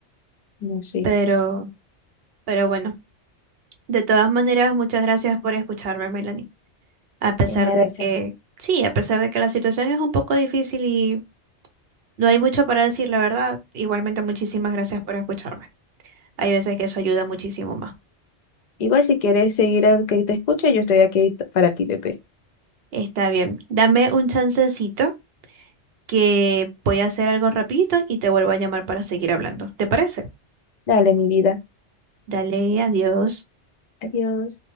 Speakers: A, on the left; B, on the right.
A: no, sí.
B: pero, pero bueno. De todas maneras, muchas gracias por escucharme, Melanie. A pesar
A: En adelante.
B: de que, sí, a pesar de que la situación es un poco difícil No hay mucho para decir, la verdad. Igualmente, muchísimas gracias por escucharme. Hay veces que eso ayuda muchísimo más.
A: Igual si quieres seguir al que te escuche, yo estoy aquí para ti, bebé.
B: Está bien. Dame un chancecito que voy a hacer algo rapidito y te vuelvo a llamar para seguir hablando. ¿Te parece?
A: Dale, mi vida.
B: Dale, adiós.
A: Adiós.